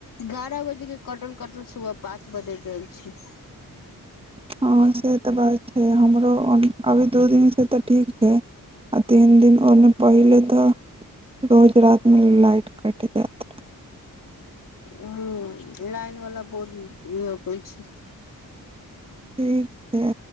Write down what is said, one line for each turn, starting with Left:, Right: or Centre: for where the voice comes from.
Left: ग्यारह बजे के कटल कटल सुबह पाँच बजे देल छी
Right: <inaudible> हँ से तऽ बात छै हमरो अभी दू दिनसँ तऽ ठीक छै आ तीन दिन ओन्ने पहिले तऽ रोज रात मे लाइट कट जेत
Left: ह्म लाइन वाला बहुत कहै छै <unintelligible>
Right: ठीक छै